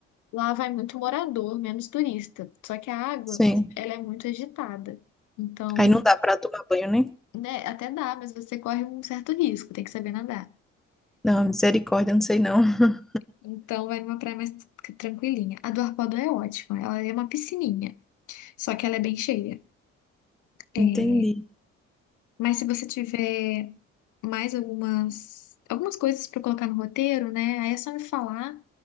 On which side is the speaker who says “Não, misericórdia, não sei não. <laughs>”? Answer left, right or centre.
Centre